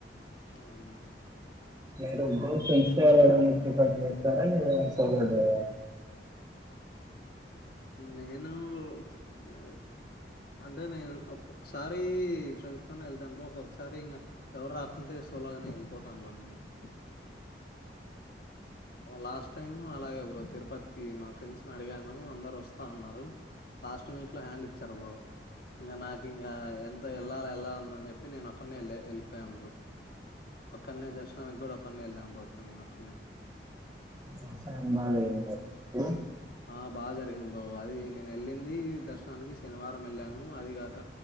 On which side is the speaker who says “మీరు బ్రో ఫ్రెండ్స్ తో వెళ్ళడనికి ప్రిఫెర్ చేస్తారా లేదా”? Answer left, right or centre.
Right